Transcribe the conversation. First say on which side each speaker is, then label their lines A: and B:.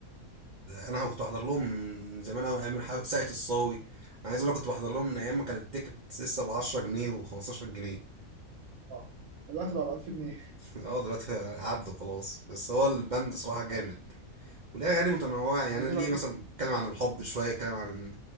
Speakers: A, on the right; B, on the right.
A: انا كنت بحضر لهم من زمان قوي ايام الح- ساقية الصاوي انا عايز اقول لك كنت بحضر لهم من ايام ما كانت التيكت لسه ب 10 جنيه و15 جنيه
B: اه دلوقتي بقى ب 1000 جنيه
A: <laughs> اه دلوقتي عدوا خلاص بس هو البند صراحة جامد
B: اه
A: وليه اغاني متنوعه يعني
B: ده كده
A: انا ليه
B: كده
A: مثلا اتكلم عن الحب شويه اتكلم عن